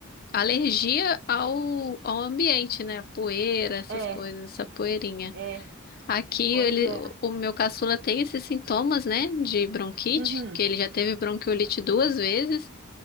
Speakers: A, on the left; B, on the right.
A: alergia ao, ao ambiente, né? Poeira, essas
B: É,
A: coisas, essa poeirinha.
B: é,
A: Aqui
B: pois
A: ele,
B: é.
A: o o meu caçula tem esses sintomas, né? De bronquite,
B: Uhum,
A: que ele já teve bronquiolite duas vezes.